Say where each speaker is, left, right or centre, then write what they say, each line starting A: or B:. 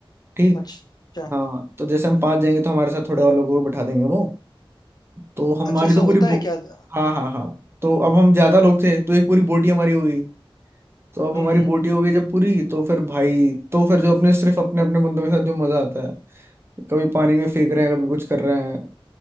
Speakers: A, on the right; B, on the left.
A: ठीक
B: अच्छा
A: हाँ तो जैसे हम पांच जाएंगे तो हमारे साथ थोड़े और लोगों को बैठा देंगे वो तो हमारी
B: अच्छा ऐसा
A: तो
B: होता
A: पूरी बो
B: है क्या हम्म
A: हाँ हाँ हाँ तो अब हम ज्यादा लोग थे तो एक पूरी बोट ही हमारी हो गई तो अब
B: हम्म।
A: हमारी बोटी हो गई जब पूरी तो फिर भाई तो फिर जो अपने सिर्फ अपने अपने बंदों के साथ जो मजा आता है कभी पानी में फेंक रहे हैं कभी कुछ कर रहे हैं